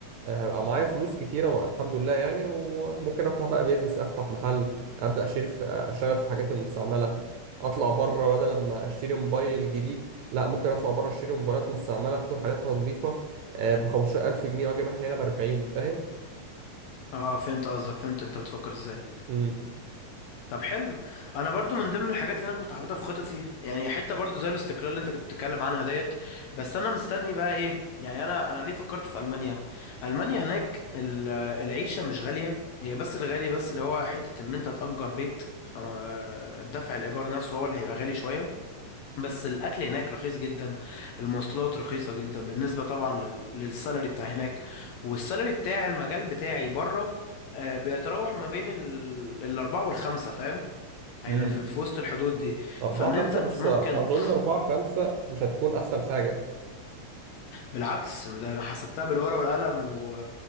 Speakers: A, on the right (about 75°); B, on the left (about 75°).
A: هبقى معايا فلوس كتيره مع الحمد لله يعني وممكن افتح بقى بيزنس افتح محل ابدا اشتري في آه، اشتغل في الحاجات المستعمله اطلع بره بدل ما اشتري موبايل جديد لا ممكن اطلع بره اشتري موبايلات مستعمله تكون حالتها نظيفه ب 15000 جنيه واجي ابيعها هنا ب 40 فاهم
B: اه فهمت قصدك فهمت انت بتفكر ازاي
A: امم
B: طب حلو انا برضو من ضمن الحاجات اللي انا كنت حاططها في خططي يعني حته برضو زي الاستقلال اللي انت كنت بتتكلم عنها ديت بس انا مستني بقى ايه يعني انا انا ليه فكرت في المانيا المانيا هناك ال- العيشه مش غاليه هي بس الغالي بس اللي هو حته ان انت تأجر بيت آه، دفع الايجار نفسه هو اللي هيبقى غالي شويه بس الاكل هناك رخيص جدا المواصلات رخيصه جدا بالنسبه طبعا لل- للسالري بتاع هناك والسالري بتاع المجال بتاعي بره آه، بيتراوح ما بين ال الأربعة والخمسة فاهم هيبقى
A: امم
B: في, في وسط الحدود دي
A: 4
B: فان
A: 5
B: انت ت-
A: بس
B: ممكن
A: اظن
B: <laughs>
A: 4 5 مش هتكون احسن حاجه
B: بالعكس ده انا حسبتها بالورقه والقلم و...